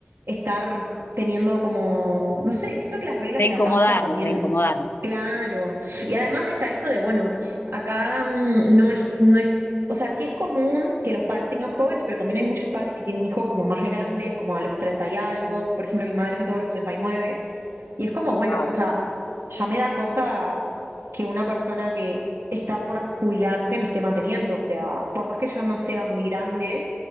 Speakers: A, on the right; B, on the left.
A: estar teniendo como, no sé, siento que las reglas
B: de
A: de
B: incomodarlo,
A: la casa también...
B: de incomodarlo.
A: Claro. Y además está esto de, bueno, acá mm, no es, no es o sea, sí es común que los padres tengan jóvenes, pero también hay muchos padres que tienen hijos como más grandes, como a los 30 y algo. Por ejemplo, mi madre me tuvo a los 39. Y nueve. Y es como, bueno,
B: Wow.
A: o sea, ya me da cosa que una persona que está por jubilarse me esté manteniendo. O sea, por más que yo no sea muy grande,